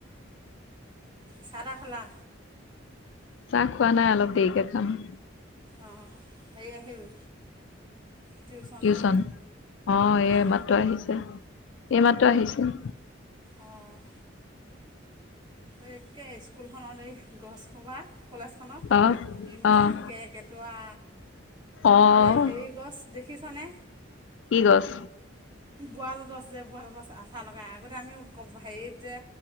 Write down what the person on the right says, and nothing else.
চাহ তাহ খালা।
অ', হেৰি আহিল। টিউশ্যনৰ
অঁ
অ'। এই কে স্কুলখনত এই গছসোপা, কলেজখনত।
কিমান
কেৰ্কেটুৱা।
এ হেৰি গছ দেখিছানে,
বোৱাল গছ। যে বোৱাল গছ আঠা লগাই আগতে আমি হেৰিত যে